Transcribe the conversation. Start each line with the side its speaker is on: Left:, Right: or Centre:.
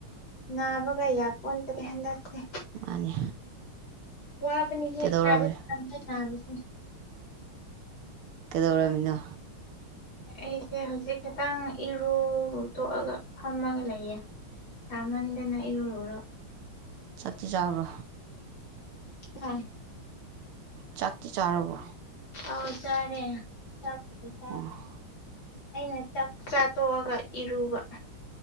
Left: ꯅꯥꯕꯒ ꯌꯥꯄꯣꯟꯟꯇꯔꯦ ꯍꯟꯗꯛꯁꯦ
Right: ꯃꯥꯅꯦ
Left: ꯋꯥꯕꯅꯤ
Right: ꯀꯩꯗꯧꯔꯝꯃꯤ
Left: ꯈꯕꯁ
Right: ꯀꯗꯧꯔꯃꯤꯅꯣ
Left: ꯑꯩꯁꯦ ꯍꯧꯖꯤꯛ ꯈꯤꯇꯪ ꯏꯔꯨꯨꯔꯨ ꯇꯣꯛꯑꯒ ꯐꯝꯃꯒ ꯂꯩꯌꯦ ꯆꯃꯟꯗꯅ ꯏꯔꯔꯔ
Right: ꯆꯇꯤ ꯆꯥꯎꯥꯎꯔꯕꯣ
Left: ꯑꯥ
Right: ꯆꯥꯛꯇꯤ ꯆꯥꯔꯕꯣ
Left: ꯑꯥꯎ ꯆꯔꯦ ꯆꯄꯨꯗ ꯇ
Right: ꯑꯣ
Left: ꯑꯩꯅ ꯆꯥꯛ ꯆꯥꯊꯣꯛꯑꯒ ꯏꯔꯨꯕ